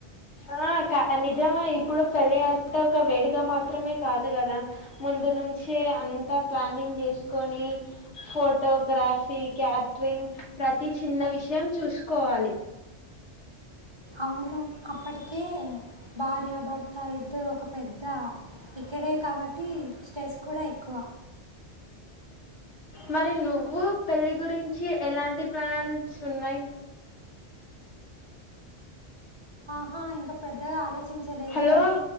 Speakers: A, on the left; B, on the right.
A: ఆహ్ అక్క నిజమే ఇప్పుడు పెళ్ళి అంటే ఒక వేడుక మాత్రమే కాదు కదా ముందు నుంచి. అంతా ప్లానింగ్ చేసుకుని ఫోటో. కాఫీ క్యాటరింగ్ ప్రతి చిన్న విషయం చూసుకోవాలి.
B: అవును. అప్పటికి భార్య భర్త ఇద్దరు ఒక పెద్ద ఇక్కడే కాబట్టి. స్ట్రెస్ కూడా ఎక్కువ.
A: మరి నువ్వు పెళ్లి గురించి ఎలాంటి ప్లాన్స్ ఉన్నాయి.
B: ఆహా ఇంకా పెద్దగా ఆలోచించలేదు
A: హలో
B: కానీ